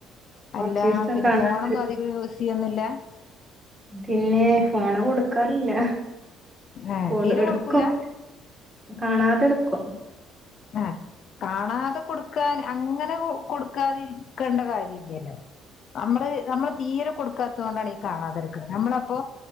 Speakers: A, on the right; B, on the left.
A: കൊറച്ചീസം
B: അല്ലാ പിന്നെ
A: കാണാത്ത
B: ഫോൺ ഒന്നും അധികം യൂസ് ചെയ്യൊന്നൂല്ല
A: പിന്നെ ഫോൺ കൊടുക്കാറില്ല
B: ഏഹ്
A: ഫോൺ
B: തീരെ
A: ഇട്ക്കും
B: കൊടുക്കൂല
A: കാണാതെ ഇട്ക്കും
B: ആ കാണാതെ കൊടുക്കാൻ അങ്ങനെ കൊടുക്കാതെ ഇരിക്കേണ്ട കാര്യല്ല്യല്ലോ അ നമ്മള് നമ്മള് തീരെ കൊടുക്കാ ദോണ്ടാണി കാണാതിരിക്ക്ണെ നമ്മളെപ്പോ